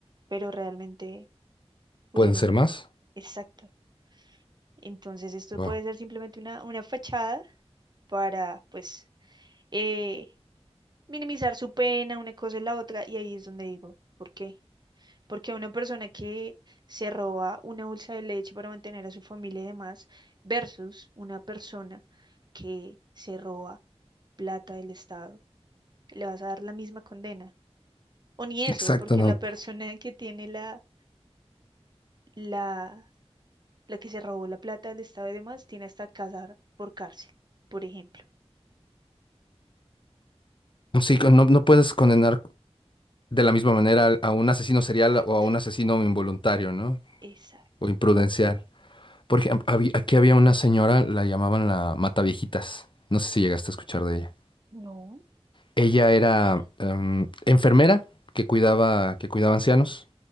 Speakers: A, on the right; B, on the left.
A: pero realmente pudieron,
B: ¿Pueden ser más?
A: exacto. Entonces esto
B: Wow.
A: puede ser simplemente una, una fachada para, pues, eh, minimizar su pena, una cosa y la otra, y ahí es donde digo, ¿por qué? Porque a una persona que se roba una bolsa de leche para mantener a su familia y demás, versus una persona que se roba plata del Estado, le vas a dar la misma condena. O ni eso,
B: Exacto,
A: porque
B: no.
A: la persona que tiene la, la, la que se robó la plata del Estado y demás, tiene hasta casar por cárcel, por ejemplo.
B: No, sí, no, no puedes condenar de la misma manera al- a un asesino serial
A: Exacto,
B: o a un asesino involuntario, ¿no?
A: exacto.
B: O imprudencial. Por ejemplo, habí- aquí había una señora, la llamaban la Mataviejitas. No sé si llegaste a escuchar de ella.
A: No,
B: Ella era
A: ¿cómo fue?
B: em, enfermera que cuidaba, que cuidaba ancianos.